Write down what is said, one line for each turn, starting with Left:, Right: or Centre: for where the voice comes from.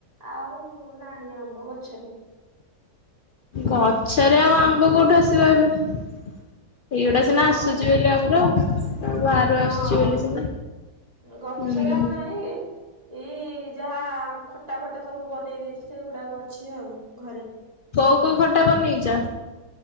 Right: ଆଉ ନାହିଁ ଆମ୍ବ ଗଛରେ।
Left: ଗଛରେ ଆଉ ଆମ୍ବ କୋଉଠୁ ଆସିବ ଏବେ। ଏଇଗୁଡା ସିନା
Right: ହଁ
Left: ଆସୁଚି
Right: ବା।
Left: ବୋଲି ଆମର। ଆଉ ବାହାରୁ
Right: ହଁ
Left: ଆସୁଛି ବୋଲି ସିନା
Right: ଗଛରେ
Left: ହୁଁ
Right: ଆଉ ନାହିଁ। ଏଇ ଯାହା ଖଟା ଫଟା ସବୁ ବନେଇ ଦେଇଚି ସେଗୁଡାକ ଅଛି ଆଉ ଘରେ।
Left: କୋଉ କୋଉ ଖଟା ବନେଇଚ?